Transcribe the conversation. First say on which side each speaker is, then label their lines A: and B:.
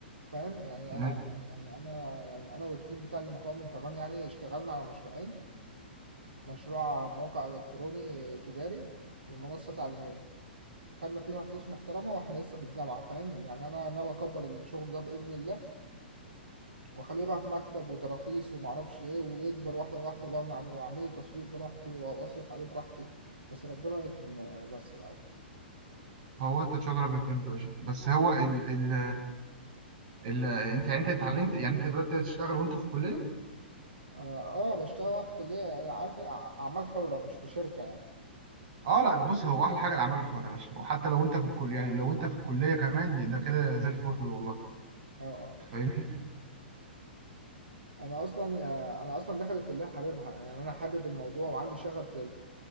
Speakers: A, on the right (about 70°); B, on the right (about 45°).
A: فاهم يعني
B: يعني
A: انا يعني انا يعني انا والتيم بتاع المكون من 8 يعني اشتغلنا على مشروعين مشروع موقع إلكتروني تجاري ومنصة تعليمية خدنا فيها فلوس محترمة وإحنا لسه في الجامعة فاهم يعني أنا ناوي أكبر الشغل ده بإذن الله وأخليه بقى في مكتب وتراخيص ومعرفش إيه ويكبر واحدة واحدة بقى ونعم- وأعمله تسويق براحتي وأصرف عليه براحتي بس ربنا يكرم يعني بس الأول
B: هو انت ان شاء الله ربنا يكرمك يا باشا بس هو ال ال ال انت يعني انت اتعلمت يعني انت بدات تشتغل وانت في الكليه
A: آه, آه بشتغل أنا في كلية عارف إيه؟ أع- أعمال حرة مش في شركة يعني
B: اه لا ده بص هو احلى حاجه الاعمال الحره يا باشا وحتى لو انت في الكليه يعني لو انت في الكليه كمان يعني ده كده زي الفل والله
A: آه آه
B: انت فاهمني
A: أنا أصلا آه، أنا أصلا داخل الكلية حاببها يعني أنا حابب الموضوع وعندي شغف